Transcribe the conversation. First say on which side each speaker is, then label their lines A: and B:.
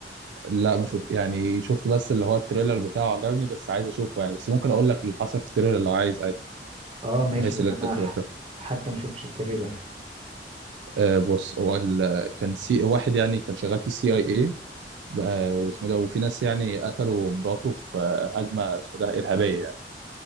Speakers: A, on the right; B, on the right.
A: لا ما شوف يعني شفت بس اللي هو التريلر بتاعه عجبني بس عايز اشوفه يعني بس ممكن اقول لك اللي حصل في التريلر لو عايز عادي،
B: اه ماشي
A: بحيث
B: ان
A: ان انت
B: انا
A: تبقى
B: ح...
A: شايف
B: حتى ما شفتش التريلر
A: آه بص هو ال- كان سي واحد يعني كان شغال في السي اي اي واسمه ده وفي ناس يعني قتلوا مراته في آه، هجمه اسمه ده ارهابيه يعني